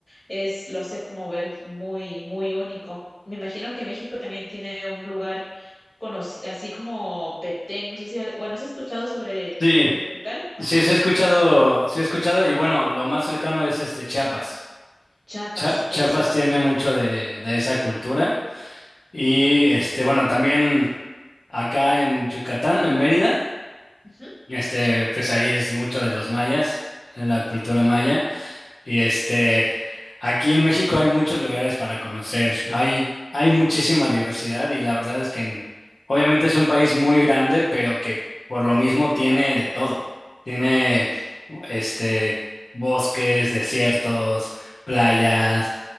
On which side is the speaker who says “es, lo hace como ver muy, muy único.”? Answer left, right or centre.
Centre